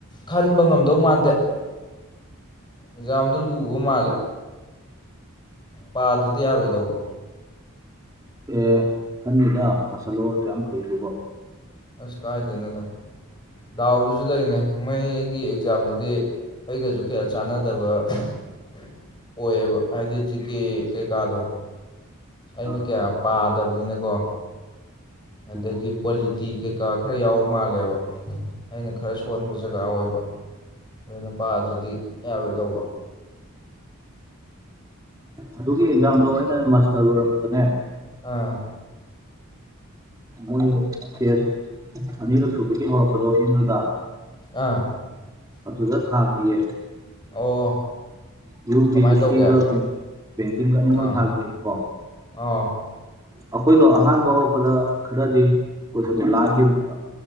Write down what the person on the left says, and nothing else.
ꯈꯟꯕ ꯉꯝꯗꯧ ꯃꯥꯟꯗꯦ ꯑꯦꯛꯖꯥꯝꯗꯨ ꯂꯨꯕ ꯃꯥꯜꯂꯦ ꯄꯥꯗ꯭ꯔꯗꯤ ꯌꯥꯔꯣꯏꯗꯧꯕ
ꯑꯁ ꯀꯥꯥꯏꯗꯩꯅꯣꯗ ꯗꯥꯎꯗꯨꯖꯨ ꯂꯩꯅꯦ ꯃꯣꯏꯒꯤ ꯑꯦꯛꯖꯥꯝꯗꯨꯗꯤ ꯑꯩꯒꯁꯨ ꯀꯌꯥ ꯆꯥꯟꯅꯗꯕ ꯑꯣꯏꯑꯦꯕ ꯍꯥꯏꯗꯤ ꯖꯤꯀꯦ ꯀꯩꯀꯥꯗꯣ ꯑꯩꯅ
ꯀꯌꯥ ꯄꯥꯗꯕꯅꯤꯅꯀꯣ ꯑꯗꯒꯤ
ꯄꯣꯂꯤꯇꯤ ꯀꯩꯀꯥ ꯈꯔ ꯌꯥꯎꯕ ꯃꯥꯜꯂꯦꯕ ꯑꯩꯅ ꯈꯔ ꯁꯣꯟꯕ ꯖꯒꯥ ꯑꯣꯏꯕ ꯑꯗꯨꯅ ꯄꯥꯗ꯭ꯔꯗꯤ ꯌꯥꯔꯣꯏꯗꯧꯕ
ꯑꯥ
ꯑꯥ
ꯑꯣ
ꯀꯃꯥꯏꯅ
ꯇꯧꯒꯦ
ꯑꯥ
ꯑꯥ